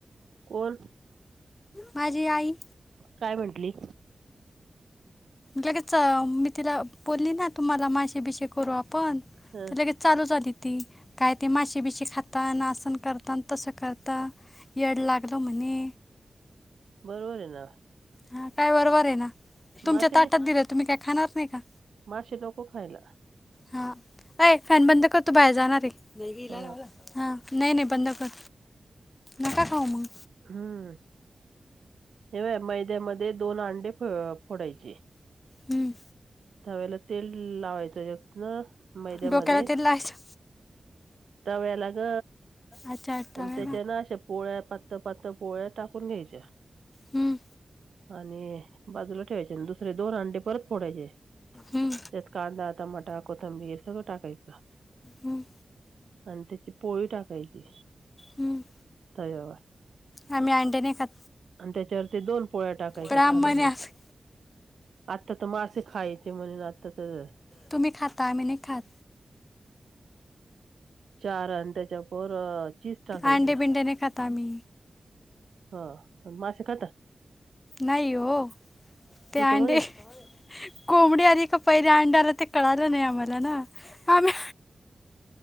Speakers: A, on the right; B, on the left.
A: कोण
B: माझी आई
A: काय म्हंटली?
B: लगेच मी तिला बोलली ना तुम्हाला माझे बिषे करू पण,
A: ह
B: लगेच चालू झाली काय ती माशी बिशी खाता न असं करता, तसं करता येड लागलं म्हणे.
A: बरोबर हाय ना.
B: हा काय वरोबर आहे ना तुमच्या
A: मासे नाही
B: ताटात दिलं तुम्ही काय खाणार नाही का.
A: मासे नको खायला.
B: हा अ फॅन बंद कर तू बाहेर जाणार आहे
A: ह
B: ह. नाही नाही बंद कर नका खाऊ मग.
A: हम्म हेव. मैद्यामध्ये दोन अंडे फोडायचे
B: हम्म
A: त्यावे. तेल लावायचं एकत ना मैद्यामध्ये.
B: डोक्याला तेल लावायचं
A: त्याव्याला ग.
B: अच्छा अठ्ठावे
A: आणि त्याच्या ना अशा पोळ्या पातळ पातळ पोळ्या टाकून घ्यायच्या.
B: हम्म
A: आणि बाजूला ठेवायचे आणि दुसरे दोन अंडे परत फोडायचे त्यात.
B: हम्म
A: कांदा टमाटा कोथंबीर सगळं टाकायचं.
B: हम्म
A: आणि त्याची पोळी टाकायची
B: हम्म
A: तव्यावर.
B: आम्ही अंडे नहीं खात.
A: आणि त्याच्यावर ते दोन पोळ्या टाकायच्या
B: ब्राह्मण
A: खालवर
B: आहे आम्ही
A: आता तर मासे खायचे म्हणून आता. तर
B: तुम्ही खाता आम्ही नाही खात.
A: चार आणि त्याच्यावर अ, चीज टाकायचं
B: आंडे बिंडेने खाता मी.
A: हा मासे खता.
B: नाही हो त्या
A: तर
B: अंडे
A: म्हणे
B: कोंबडी आधी का. पहिले अंडायला ते कळालं नाही आम्हाला ना आम्ही.